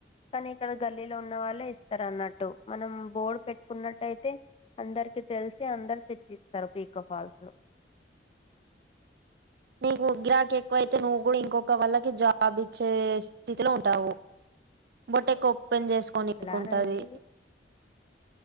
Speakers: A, on the left; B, on the right.
A: కానీ ఇక్కడ గల్లీలో ఉన్న వాళ్ళే ఇస్తారు అన్నట్టు మనం బోర్డు పెట్టుకున్నట్టుయితే అందరికి తెలిసి అందరు తెచ్చిస్తారు పకో ఫాల్స్
B: నీకు గ్రాహక ఎక్కువైతే నువ్వు కూడా ఇంకొక వాళ్ళకి జాబ్ ఇచ్చే స్థితిలో ఉంటావు బొట్ట ఎక్కు పెన్ చేసుకొనికుంటుంది
A: అలా అనేసి